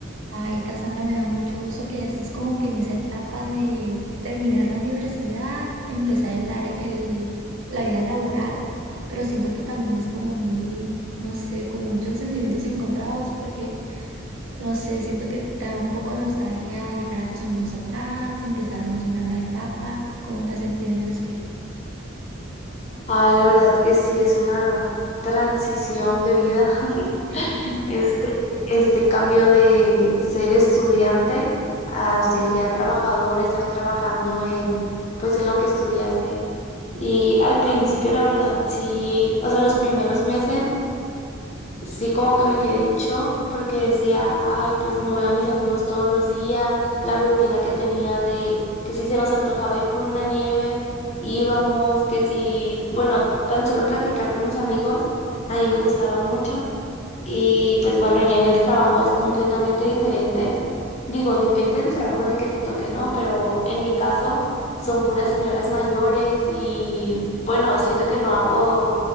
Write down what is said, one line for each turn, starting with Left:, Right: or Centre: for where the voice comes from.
Right: Ay, Cassandra, me da mucho gusto que ya estés como que en esa etapa de terminar la universidad, empezar el área, el, la vida laboral, pero siento que también es como muy, no sé, como muchos sentimientos encontrados, porque, no sé, siento que te da un poco de nostalgia dejar a tus amigos atrás, empezarnos una nueva etapa, ¿cómo te has sentido en ese aspecto?
Left: Ay, la verdad que sí es una transición de vida, <laughs>
Right: <laughs>
Left: este, este cambio de ser estudiante a ser ya trabajador, estar trabajando en, pues en lo que estudiaste. Y al principio, la verdad, sí, o sea, los primeros meses Sí, como que me quedé en shock porque decía, ay, pues no veo a mis amigos todos los días, la rutina que tenía de que si se nos antojaba ir por una nieve, íbamos, que si, bueno, tan solo platicar con mis amigos, a mí me gustaba mucho y pues bueno, ya en el trabajo es completamente diferente. Digo, depende del trabajo en el que te toque, ¿no? Pero en mi caso son puras señoras mayores y bueno, siento que no hago